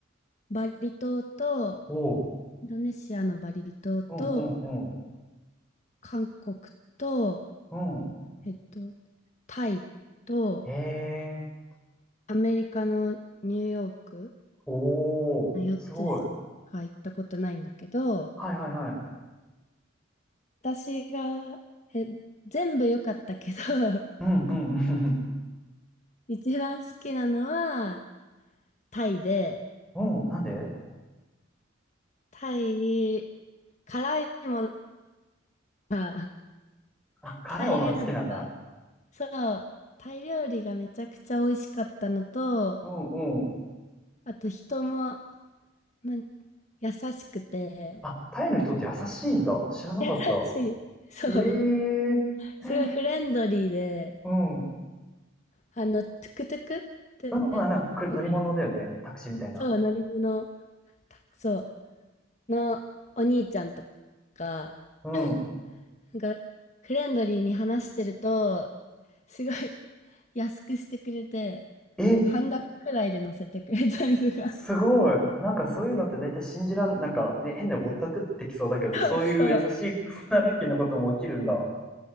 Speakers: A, on the left; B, in the centre.
A: バリ島と、
B: おう。
A: インドネシアのバリ島と、
B: うんうん
A: 韓国と、
B: うん。う
A: えっと、タイと、
B: ん。えー。
A: アメリカのニューヨーク、
B: おー。
A: 4つしか行ったことないんだけど、
B: すごい。はいはいはい。
A: 私が、え、全部良かったけど、<laughs>
B: うんうんうん。
A: 一番好きなのは、タイで、
B: <laughs> うん。なんで
A: タイ、辛いものが、
B: あ、辛いものが好きなんだ。
A: タイ料理、そう、タイ料理がめちゃくちゃ美味しかったのと、
B: うんうん。
A: あと人も、なんか、優しくて、
B: あ、タイの人って優しいんだ。知らなかった。
A: 優しい。そう。
B: えー。
A: すごいフレンドリーで、
B: うん。うんうん。
A: あの、トゥクトゥクって、
B: なんかく乗り物だよね。
A: わかる
B: タクシーみたいな。
A: そう、乗り物、たそう、のお兄ちゃんとか、
B: うん。
A: <laughs> なんか、フレンドリーに話してると、すごい <laughs> 安くしてくれて、
B: え、
A: 半額くらいで乗せてくれたりとか。
B: すごい。なんかそういうのって大体信じらん、なんかね、変なぼったくってきそうだけど、
A: <laughs> そうそう。
B: そういう優しい、そんなラッキーなことも起きるんだ。